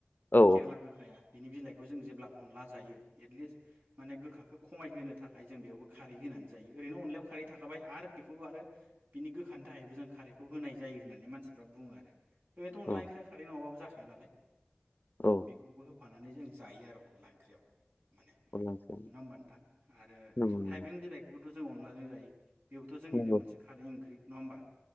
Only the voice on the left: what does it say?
औ
औ
औ
अनला ओंख्रियानो
नंगौ
नंगौ
नंगौ